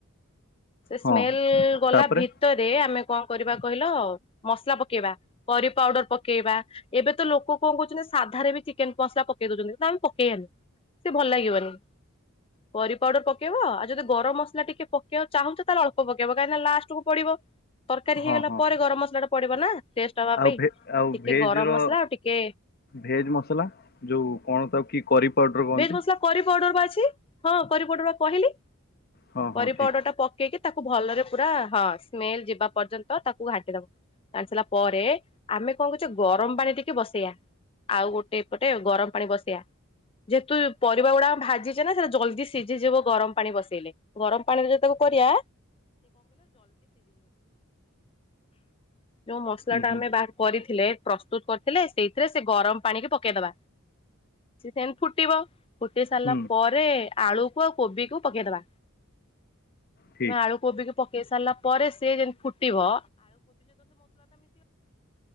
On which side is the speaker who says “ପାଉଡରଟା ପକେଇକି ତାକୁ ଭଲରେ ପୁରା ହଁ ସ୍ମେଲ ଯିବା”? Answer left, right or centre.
Left